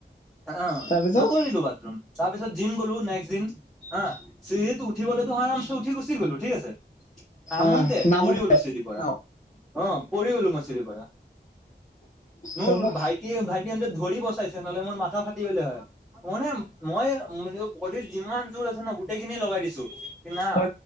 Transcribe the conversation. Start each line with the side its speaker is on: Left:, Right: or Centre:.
Centre: আহ
Left: তাৰপিছত
Centre: নকৰিলো বাথৰুম তাৰপিছত জিম গ'লো নেক্স দিন হা চি উঠিবলৈতো আম চেঠ গুচি গলো ঠিক আছে। নামনতে
Left: অ নামত
Centre: পৰি গলো চিৰি পৰা।
Left: অ
Centre: অ পৰি গলো মই চিৰি পৰা মোৰ
Left: তাৰপা
Centre: ভাইটি ভাইটি সহঁতে ধৰিব নহলে মোৰ মাথা ফাটি গ'লে হয় মানে মই বডিৰ যিমান জোৰ আছে ন গোটেই খিনি লগাই দিছো কি না
Left: হলে